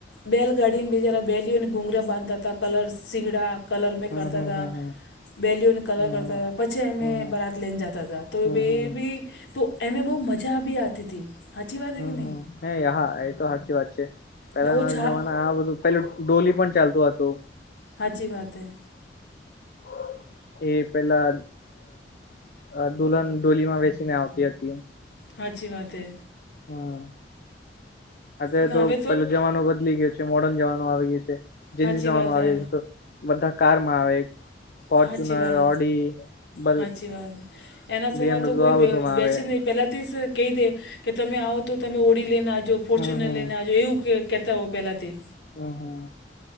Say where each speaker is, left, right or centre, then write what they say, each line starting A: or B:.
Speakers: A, on the left (about 85°); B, on the left (about 55°).
A: બેલગાડીને બીજારા બેલીઓને ઘુંઘરા બાંધતા હતા કલર્સ શીગડા. કલર ને
B: હમ
A: કરતા
B: હમ
A: તા.
B: હમ
A: બેલીઓને
B: હમ
A: કલર કરતા
B: હમ
A: હતા પછી અમે
B: હમ હમ હમ
A: બરાત લઈને જતા હતા તો હવે
B: હમ હમ.
A: એ બી તો એમે બો મજા બી આવતી તી સાચી વાત હે
B: હમ
A: કે નય.
B: હમ હે હા એ તો સાચી વાત છે. પેલાના
A: ને ઓછા
B: જમાના આ બધું પેલું ડોલી પણ ચાલતું હતું.
A: સાાચી વાત હૈ.
B: <inaudible> એ પેલા અ દુલ્હન ડોલીમાં બેસીને આવતી હતી.
A: હાચી વાત હે.
B: હમમ. અત્યારે
A: ના
B: તો
A: હવે
B: પેલો જમાનો બદલી ગીયો છે મોર્ડન જમાનો આવી ગયો છે. જેની
A: સાચી
B: જાન
A: વાત
B: વાગે
A: હે
B: છે તો બધા કારમાં આવે ફોર્ચુનર,
A: સાચી વાત
B: ઓડી. બલ
A: સાચી વાત. એના સવા
B: બી એમડબલ્યુ
A: તો કોઈ
B: આ બધુંમાં
A: બેસે
B: આવે
A: ની પેલાથી જ કેય દેય. કે તમે આવો તો તમે ઓળી લઈને આવજો, ફોર્ચ્યુનર
B: હમ હમ
A: લઈને આવજો એવું કહેતા હો પહેલાંથી.
B: હા હા.